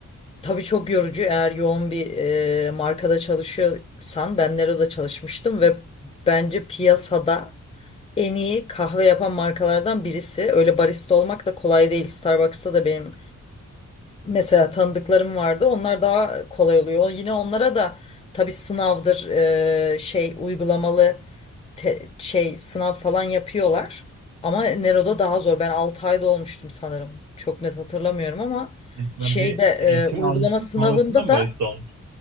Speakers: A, on the left; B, on the right.
A: Tabii çok yorucu eğer yoğun bir e, markada çalışıyorsan ben Nero'da çalışmıştım ve bence piyasada en iyi kahve yapan markalardan birisi. Öyle barista olmak da kolay değil. Starbucks'ta da benim mesela tanıdıklarım vardı. Onlar daha kolay oluyor. Yine onlara da tabii sınavdır e, şey uygulamalı te- şey sınav falan yapıyorlar. Ama Nero'da daha zor. Ben 6 ayda olmuştum sanırım. Çok net hatırlamıyorum ama
B: Yani sen
A: şeyde
B: bir
A: e,
B: eğitim
A: uygulama
B: almıştın
A: sınavında
B: sonrasında mı
A: da
B: barista olmuş?